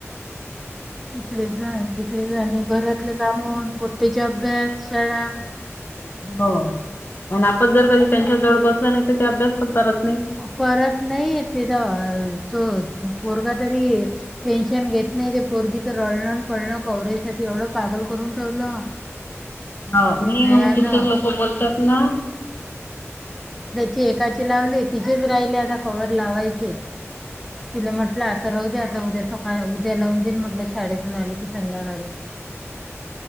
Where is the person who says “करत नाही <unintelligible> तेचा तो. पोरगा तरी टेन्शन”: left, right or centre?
Centre